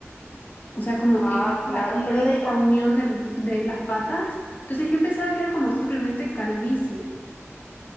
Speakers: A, on the left; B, on the left.
A: o sea, como
B: Ah,
A: en la,
B: claro,
A: en
B: pero da igual.
A: esa unión de, los- de las patas. Entonces yo pensaba que era como simplemente calvicie.